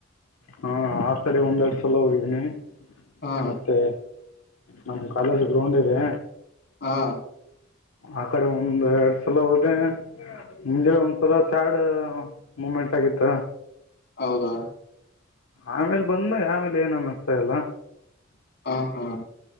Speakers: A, on the left; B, on the left.
A: ಹಾ ಆ ಕಡೆ ಒಂದೆರಡು ಸಲ ಹೋಗಿದೀನಿ
B: ಹಾ
A: ಮತ್ತೆ ನಮ್ ಕಾಲೇಜ್ ಗ್ರೌಂಡ್ ಇದೆ
B: ಹಾ
A: ಆ ಕಡೆ ಒಂದ್ ಎರಡ್ ಸಲ ಹೋದೆ ಮುಂಜ ಒಂ್ಥರ ಸ್ಯಾಡ್ ಮೂಮೆಂಟ್ ಆಗಿತ್ತ
B: ಹೌದಾ
A: ಆಮೇಲ್ ಬಂದ ಆಮೇಲೆ ಏನ್ ಅನ್ನಿಸ್ತಾ ಇಲ್ಲ
B: ಹ ಹಾ